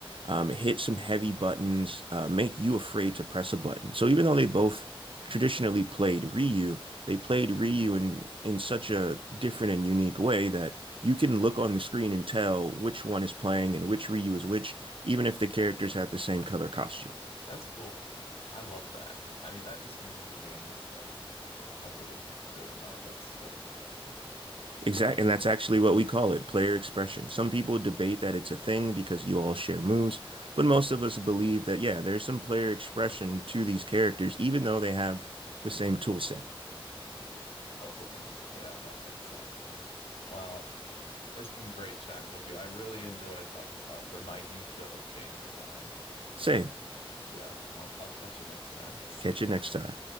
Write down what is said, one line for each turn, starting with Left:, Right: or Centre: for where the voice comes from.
Right: um, hit some heavy buttons, uh, make you afraid to press a button. So even though they both traditionally played Ryu, they played Ryu in, in such a different and unique way that you can look on the screen and tell which one is playing and which Ryu is which, even if the characters had the same color costume.
Left: that's cool. I love that. I mean, that just means the game has like a really good amount of like skill expression, basically,
Right: Exactly,
Left: you know?
Right: and that's actually what we call it, player expression. Some people debate that it's a thing because you all share moves, but most of us believe that, yeah, there's some player expression to these characters, even though they have the same tool set.
Left: Totally. Yeah, that makes sense. Well, it's been great chatting with you. I really enjoy talking about the minutia of game design.
Right: Same.
Left: Yeah. Well, I'll catch you next time. See
Right: Catch you
Left: ya.
Right: next time.